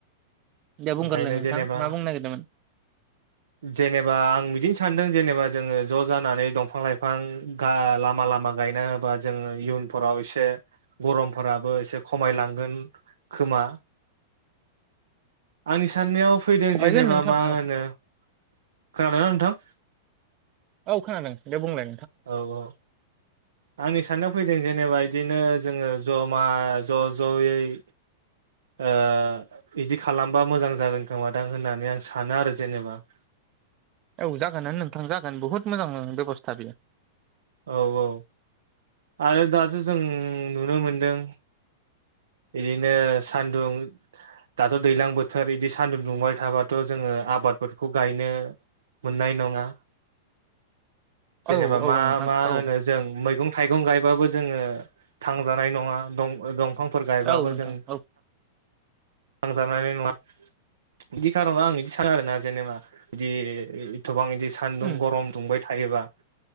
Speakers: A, on the right; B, on the right.
A: दे बुंगोरलाय
B: ओखायनो
A: नोंथां
B: जेनेबा
A: मा बुंनो नागिरदोंमोन
B: जेनेबा आं बिदिनो सानदों जेनेबा जोंङो ज' जानानै दंफां लाइफां गा लामा लामा गायना होबा जोंङो इयुनफोराव एसे गरमफोराबो एसे खमायलांगोन खोमा आंनि साननायाव फैदों
A: खमायगोन
B: जेनेबा
A: नोंथां
B: मा
A: औ
B: होनो <unintelligible> नोंथां
A: औ खोनादों दे बुंलाय
B: औ औ आंनि साननायाव फैदों जेनेबा बिदिनो जोंङो ज'मा ज' ज'यै ओ बिदि खालामबा मोजां जागोन खोमादां होननानै आं सानो आरो जेनेबा <unintelligible>
A: औ जागोन नोंथां जागोन बहुद मोजां बेबस्था बियो
B: औ औ आरो दासो जों नुनो मोनदों बिदिनो सान्दुं दाथ दैज्लां बोथोर बिदि सान्दुं दुंबाय थाबाथ जोंङो आबादफोरखौ गायनो मोननाय नंङा जेनेबा
A: औ औ
B: मा
A: नोंथां
B: मा
A: औ
B: होनो जों मै मैगं थाइगं गायबाबो जोंङो थांजानाय नंङा दं दंफां फोर गायबाबो
A: औ नोंथां
B: जों
A: औ
B: थांजानाय नंङा बिदि खारआव आं इदि साना आरोना आं जेनबा इदि एथबां इदि सानदुं
A: उम
B: गरम दुंबाय थायोबा